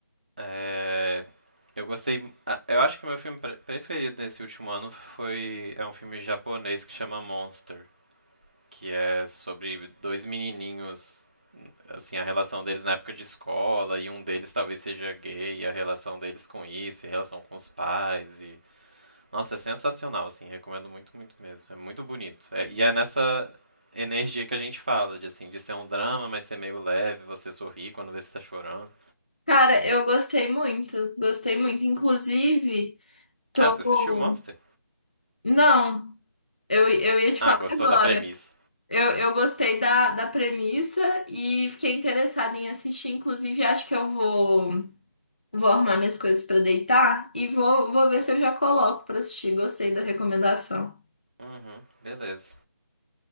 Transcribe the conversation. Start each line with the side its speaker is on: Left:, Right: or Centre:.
Right: É, eu gostei. ah, Eu acho que o meu filme pre- preferido nesse último ano foi. É um filme japonês que chama Monster, que é sobre dois menininhos, assim, a relação deles na época de escola, e um deles talvez seja gay, e a relação deles com isso, e a relação com os pais. E... Nossa, é sensacional, assim, recomendo muito, muito mesmo. É muito bonito. É- e é nessa energia que a gente fala, de assim, de ser um drama, mas ser meio leve, você sorrir quando vê se tá chorando.
Left: Cara, eu gostei muito. Gostei muito. Inclusive, tô.
Right: Ah, você assistiu Monster?
Left: Não, eu, eu ia te
Right: Ah,
Left: falar
Right: gostou
Left: agora.
Right: da premissa.
Left: Eu, eu gostei da, da premissa e fiquei interessada em assistir. Inclusive, acho que eu vou, vou arrumar minhas coisas pra deitar e vou, vou ver se eu já coloco pra assistir. Gostei da recomendação.
Right: Uhum, beleza.